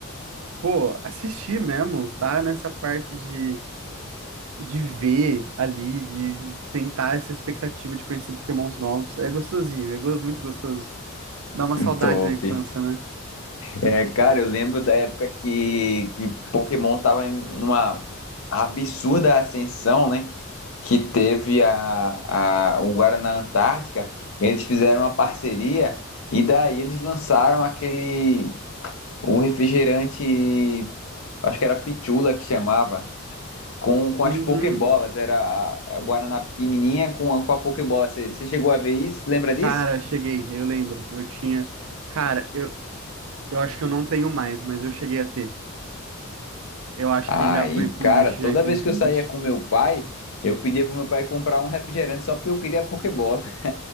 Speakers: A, on the right; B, on the left.
A: Pô, assistir mesmo, tá nessa parte de, de ver ali, de tentar essa expectativa de conhecer Pokémons novos. É gostosinho, é go- muito gostoso. Dá uma saudade
B: Top.
A: da infância,
B: <laughs>
A: né?
B: É, cara, eu lembro da época que, que Pokémon tava em uma absurda ascensão, né? que teve a, a, o Guaraná Antártica, eles fizeram uma parceria e daí eles lançaram aquele um refrigerante, acho que era Pichula que chamava, com, com
A: Uhum.
B: as Pokébolas, era a, a Guaraná pequenininha com a, com a Pokébola. Você você chegou a ver isso? Lembra disso?
A: Cara, cheguei, eu lembro. Eu tinha. Cara, eu, eu acho que eu não tenho mais, mas eu cheguei a ter. Eu acho
B: Aí,
A: que já foi pro
B: cara,
A: lixo,
B: toda
A: já, infelizmente.
B: vez que eu saía com meu pai, eu pedia pro meu pai comprar um refrigerante só porque eu queria a Pokébola. <laughs>